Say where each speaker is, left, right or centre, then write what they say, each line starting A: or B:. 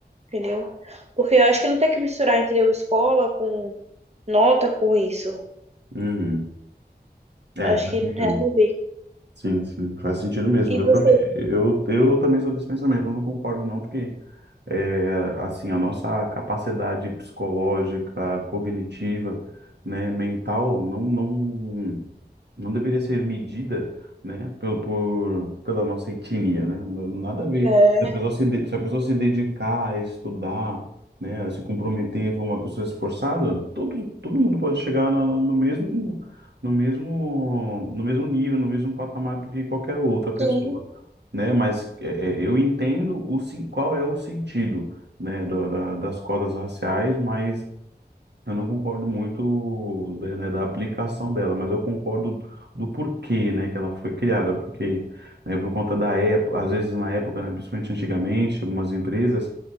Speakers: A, on the right; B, on the right.
A: entendeu? Porque eu acho que não tem que misturar, entendeu? Escola com nota com isso.
B: Uhum. É.
A: Acho
B: faz
A: que
B: sentido.
A: não tem nada a ver.
B: Sim, sim, faz sentido mesmo.
A: E
B: Eu
A: você?
B: também, eu, eu também sou desse pensamento, eu não concordo não, porque é, assim, a nossa capacidade psicológica, cognitiva, né, mental, não, não não deveria ser medida, né, por, por- pela nossa etnia, né? Não- Nada a ver.
A: É,
B: Se a pessoa se, de- se a pessoa se dedicar a estudar, né, a se comprometer, for uma pessoa esforçada, todo, todo mundo pode chegar na- na- no, mesmo no mesmo no mesmo nível, no mesmo patamar do que qualquer outra pessoa,
A: sim,
B: né? Mas é, é, eu entendo o sen- qual é o sentido, né, da- da- das cotas raciais, mas eu não concordo muito da, né, da aplicação dela, mas eu concordo do porquê, né, que ela foi criada, porque, né, por conta da época, às vezes na época, né, principalmente antigamente, algumas empresas,